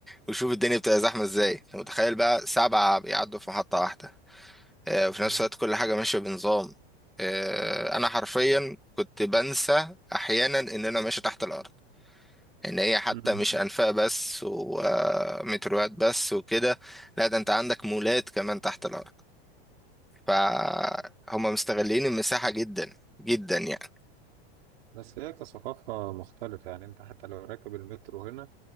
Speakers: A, in the centre; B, on the right.
A: وشوف الدنيا بتبقى زحمه ازاي انت متخيل بقى سبعه بيعدوا في محطه واحده آه، وفي نفس
B: مهم.
A: الوقت كل حاجه ماشيه بنظام آه، انا حرفيا كنت بنسى احيانا ان انا ماشي تحت الارض ان هي حتى
B: مهم.
A: مش انفاق بس ومتروات بس وكده لا ده انت عندك مولات كمان تحت الارض فهم مستغلين المساحه جدا جدا يعني
B: بس هي كثقافة مختلفة يعني أنت حتى لو راكب المترو هنا